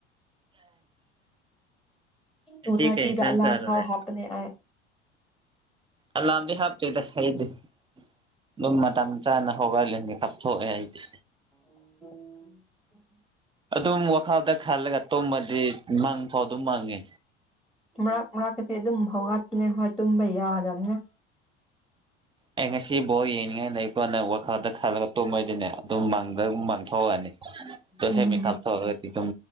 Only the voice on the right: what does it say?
ꯉꯁꯤ
ꯀꯩ ꯌꯦꯟꯁꯥꯡ
ꯆꯥꯔꯨꯔꯦ
ꯑꯦꯂꯝꯗꯤ ꯍꯥꯞꯇꯦꯗ ꯑꯩꯗꯤ ꯑꯗꯨꯝ ꯃꯇꯝ ꯆꯥꯅ ꯍꯧꯒꯠꯂꯦ ꯃꯤꯀꯥꯞ ꯊꯣꯛꯑꯦ ꯑꯩꯗꯤ
ꯑꯗꯨꯝ ꯋꯥꯈꯜꯗ ꯈꯜꯂꯒ ꯇꯨꯝꯃꯗꯤ ꯃꯪꯐꯥꯎ ꯑꯗꯨꯝ ꯃꯪꯉꯦ
ꯑꯩ ꯉꯁꯤ ꯕꯣꯜ ꯌꯦꯡꯅꯤꯡꯉꯥꯢ ꯂꯩꯒꯣꯅ ꯋꯥꯈꯜꯗ ꯈꯜꯂꯒ ꯇꯨꯝꯃꯗꯤꯅꯦ ꯑꯗꯨꯝ ꯃꯥꯡꯗ ꯑꯗꯨꯝ ꯃꯥꯡ ꯊꯣꯛꯑꯅꯤ
ꯍꯦꯛ ꯃꯤ ꯀꯥꯞꯊꯣꯛꯑꯗꯤ ꯑꯗꯨꯝ